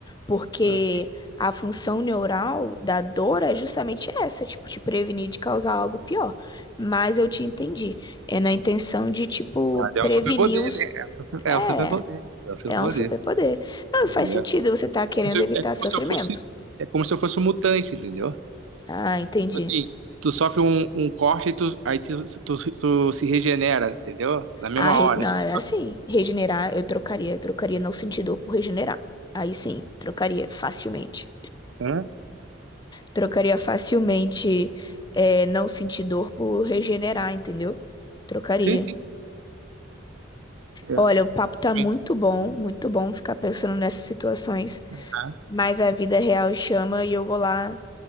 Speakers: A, on the left; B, on the right.
A: Porque
B: Aham.
A: a função neural da dor é justamente essa, tipo, te prevenir de causar algo pior. Mas eu te entendi. É na intenção de, tipo,
B: Mas é
A: prevenir
B: um superpoder,
A: uns.
B: né? É um super- é
A: É,
B: um superpoder, é um superpoder,
A: é um superpoder. Não,
B: entendeu?
A: e faz sentido, você tá querendo
B: Como se-
A: evitar
B: é como
A: sofrimento.
B: se eu fosse, é como se eu fosse um mutante, entendeu?
A: Ah, entendi.
B: Tipo assim, tu sofre um, um corte e tu, aí tu, tu, tu se regenera, entendeu? Na mesma
A: Ah, re-
B: hora.
A: não,
B: entendeu?
A: é assim, regenerar eu trocaria. Eu trocaria não sentir dor por regenerar. Aí sim, trocaria facilmente.
B: Hã?
A: Trocaria facilmente é, não sentir dor por regenerar, entendeu? Trocaria.
B: Sim, sim. É.
A: Olha,
B: Eu
A: o papo tá
B: também.
A: muito bom, muito bom ficar pensando nessas situações,
B: Aham.
A: mas a vida real chama e eu vou lá